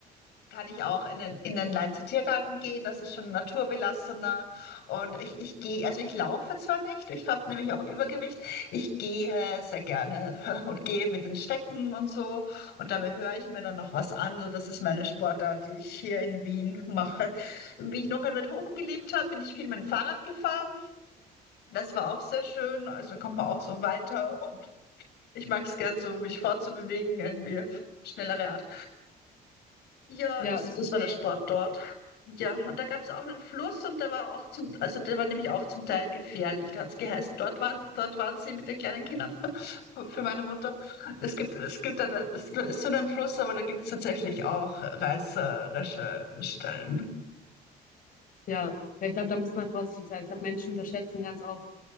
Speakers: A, on the left (about 75°); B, on the left (about 55°).
A: kann ich auch in den, in den Leinzer-Tiergarten gehen. Das ist schon naturbelassener. Und ich, ich gehe, also ich laufe zwar nicht, ich habe nämlich auch Übergewicht. Ich gehe sehr gerne <laughs> und gehe mit den Stecken und so. Und dabei höre ich mir dann noch was an. So, das ist meine Sportart, die ich hier in Wien mache. Wie ich noch in Weidhofen gelebt habe, bin ich viel mit dem Fahrrad gefahren. Das war auch sehr schön. Also kommt man auch so weiter. Und ich mag es gern so, mich fortzubewegen, irgendwie auf schnellere Art. Ja,
B: Ja,
A: das,
B: das
A: das
B: verstehe
A: war der Sport
B: ich.
A: dort. Ja, und da gab es auch einen Fluss und der war auch zum, also der war nämlich auch zum Teil gefährlich. Da hat es geheißen, dort waren, dort waren sie mit den kleinen Kindern <laughs> für meine Mutter. Es gibt, es gibt da, da ist, ist so ein Fluss, aber da gibt es tatsächlich auch reißerische Stellen.
B: Ja. Ja, ich glaube, da muss man vorsichtig sein. Ich glaube, Menschen unterschätzen ganz oft,